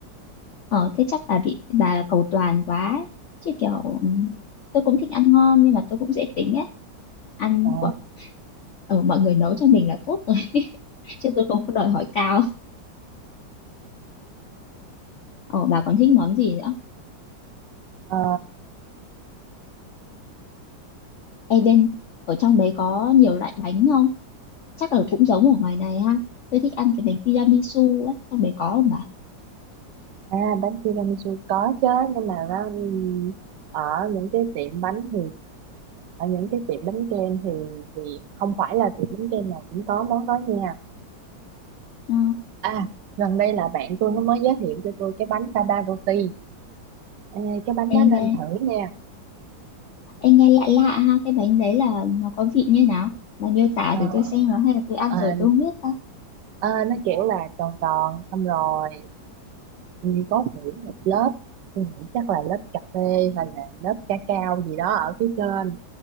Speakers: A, on the left; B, on the right.
A: ờ thế chắc bà bị bà cầu toàn quá ấy. chứ kiểu ừ, tôi cũng thích ăn ngon nhưng mà tôi cũng dễ tính ấy ăn
B: Ờ,
A: của ờ mọi người nấu cho mình là tốt rồi <laughs> chứ tôi không có đòi hỏi cao ờ bà còn thích món gì nữa
B: ờ,
A: Ê, bên ở trong đấy có nhiều loại bánh không chắc là cũng giống ở ngoài này ha tôi thích ăn cái bánh tiramisu ấy trong đấy có không bà
B: à bánh tiramisu có chứ nhưng mà nó ừm, ở những cái tiệm bánh thì ở những cái tiệm bánh kem thì thì không phải là tiệm bánh kem nào cũng có món đó nha
A: à,
B: à gần đây là bạn tôi nó mới giới thiệu cho tôi cái bánh baba roti Ê, cái bánh
A: em
B: đó nên
A: nghe
B: thử nha
A: Em nghe lạ lạ ha, cái bánh đấy là nó có vị như nào? Bà miêu tả
B: Ờ,
A: thử tôi xem nó hay là tôi ăn
B: ờ,
A: rồi tôi không biết ta.
B: ờ, nó kiểu là tròn tròn xong rồi Ừ, có nghĩ một lớp tôi nghĩ chắc là lớp cà phê hay là lớp ca cao gì đó ở phía trên